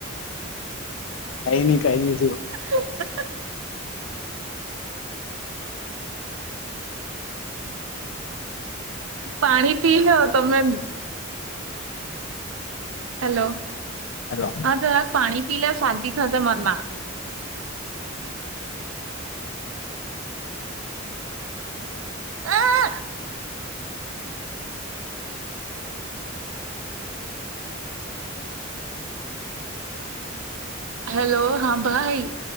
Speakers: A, on the left (about 70°); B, on the right (about 80°).
A: હૈની કઈ ની થયું
B: <inaudible> પાણી પી લો તમમે હેલો
A: હેલો
B: હા જરાક પાણી પી લે શાંતિ થશે મનમાં આ! હેલો હા ભાઈ